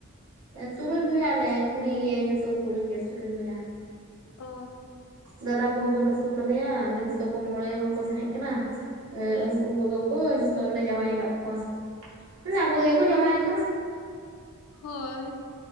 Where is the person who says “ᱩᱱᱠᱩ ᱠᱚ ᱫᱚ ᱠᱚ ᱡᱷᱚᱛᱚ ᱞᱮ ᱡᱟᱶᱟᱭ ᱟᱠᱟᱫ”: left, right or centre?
Right